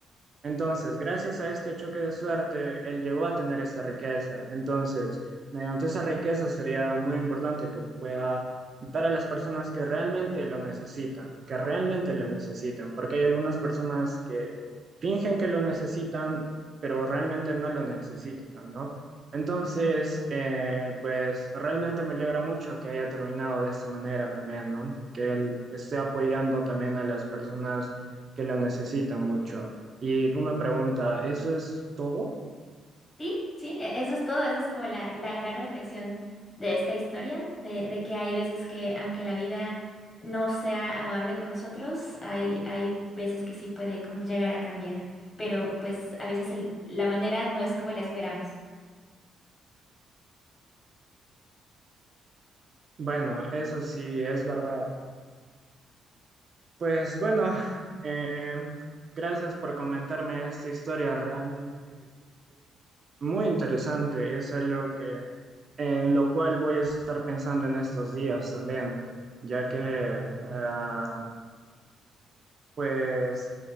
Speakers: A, on the right; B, on the left.
A: entonces, gracias a este choque de suerte, él llegó a tener esta riqueza. Entonces, mediante esa riqueza sería muy importante que pueda dar a las personas que realmente lo necesitan, que realmente lo necesiten, porque hay algunas personas que fingen que lo necesitan, pero realmente no lo necesitan, ¿no? Entonces, eh, pues realmente me alegra mucho que haya terminado de esta manera también, ¿no? Que él esté apoyando también a las personas que lo necesitan mucho. Y una pregunta, ¿eso es todo?
B: Sí, sí, e- eso es todo, esa es como la, la gran reflexión de esta historia, de, de que hay veces que aunque la vida no sea amable con nosotros, hay, hay veces que sí puede como llegar a cambiar, pero pues a veces el- la manera no es como la esperamos.
A: Bueno, eso sí, es verdad. Pues bueno, eh, gracias por comentarme esta historia realmente muy interesante. Es algo que, en lo cual voy a estar pensando en estos días también, ya que ah, Pues